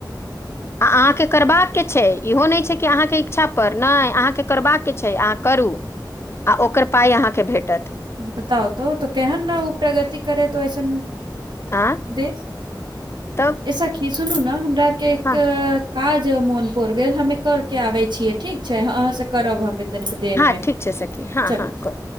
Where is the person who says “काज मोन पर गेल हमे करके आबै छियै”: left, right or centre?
Right